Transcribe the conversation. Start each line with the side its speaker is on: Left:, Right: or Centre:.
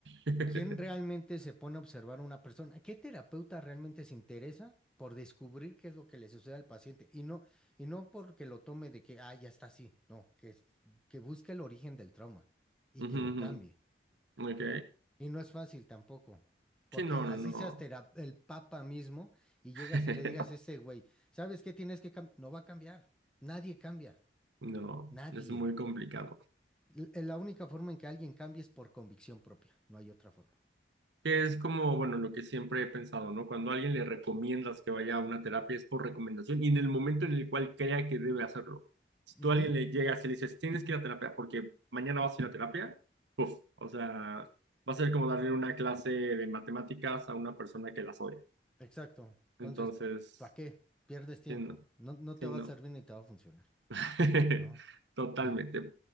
Right: <laughs>
Centre: ¿Quién realmente se pone a observar a una persona? ¿Qué terapeuta realmente se interesa por descubrir qué es lo que le sucede al paciente? Y no, y no porque lo tome de que, ah, ya está así, no, que, es- que busque el origen del trauma y
Right: Ujú,
Centre: que lo
Right: ujú.
Centre: cambie.
Right: Ok.
Centre: Y no es fácil tampoco, porque
Right: Sí, no, no,
Centre: así
Right: no.
Centre: seas tera- el papa mismo y llegas
Right: <laughs>
Centre: y le digas a ese güey, ¿sabes qué tienes que cambiar? No va a cambiar, nadie cambia,
Right: No,
Centre: nadie.
Right: es muy complicado.
Centre: L- La única forma en que alguien cambie es por convicción propia, no hay otra forma.
Right: Que es como, bueno, lo que siempre he pensado, ¿no? Cuando a alguien le recomiendas que vaya a una terapia es por recomendación y en el momento en el cual crea que debe hacerlo. Si
Centre: Ujú.
Right: tú a alguien le llegas y le dices, tienes que ir a terapia porque mañana vas a ir a terapia, uf, o sea, va a ser como darle una clase de matemáticas a una persona que las odia.
Centre: Exacto. Entonces,
Right: Entonces,
Centre: ¿para qué? Pierdes tiempo.
Right: sí, no,
Centre: No, no te
Right: sí,
Centre: va
Right: no.
Centre: a servir ni te va a funcionar,
Right: <laughs>
Centre: ¿no?
Right: Totalmente.
Centre: Y,